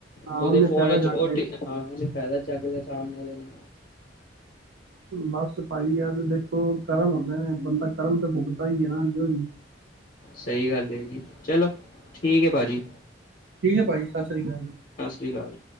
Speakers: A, on the right (about 75°); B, on the left (about 50°).
A: ਹਾਂ
B: ਉਹਦੇ
A: ਉਹਨੇ
B: ਫੋਨ
A: ਫਾਇਦਾ
B: ਵਿੱਚ
A: ਚੱਕਦਾ
B: ਉ ਟੀ ਹਾਂ ਉਹਨੇ ਫਾਇਦਾ ਚੱਕ ਲਿਆ ਸਾਹਮਣੇ ਵਾਲੇ ਨੇ।
A: ਬਸ ਪਾਈ ਆ ਤੇ ਦੇਖੋ ਕਰਮ ਹੁੰਦੇ ਨੇ ਬੰਦਾ ਕਰਮ ਤੇ ਭੁਗਤਦਾ ਹੀ ਈ ਹੈ ਨਾ ਜੀ।
B: ਸਹੀ ਗੱਲ ਹੈ ਜੀ ਚਲੋ। ਠੀਕ ਹੈ ਭਾਜੀ
A: ਠੀਕ ਹੈ ਭਾਜੀ, ਸਤਿ ਸ੍ਰੀ ਅਕਾਲ।
B: ਸਤਿ ਸ੍ਰੀ ਅਕਾਲ।